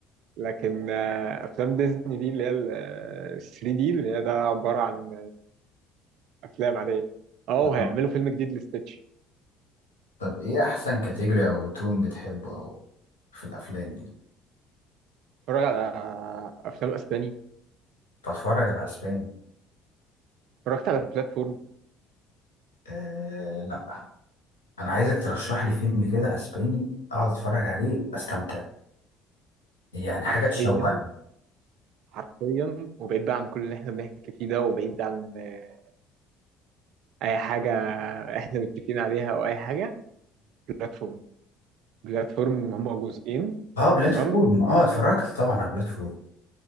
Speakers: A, on the right; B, on the left.
A: لكن آه، افلام ديزني دي اللي هي ال 3 دي اللي هي ده عباره عن افلام عاديه اه
B: آه.
A: وهيعملوا فيلم جديد لستitch
B: طب إيه أحسن كاتيجوري أو تون بتحبه أو في الأفلام دي؟
A: اتفرج على افلام اسباني
B: بتفرج على أسباني
A: اتفرجت على البلاتفورم
B: آه لأ أنا عايزك ترشح لي فيلم كده أسباني أقعد أتفرج عليه أستمتع يعني حاجة
A: حرفيا
B: تشوقني
A: حرفيا وبعيد بقى عن كل اللي احنا بنحكي فيه ده وبعيد عن آه، اي حاجه احنا متفقين عليها او اي حاجه بلاتفورم بلاتفورم هما جزئين
B: اه بلاتفورم
A: تمام
B: اه اتفرجت طبعا على بلاتفورم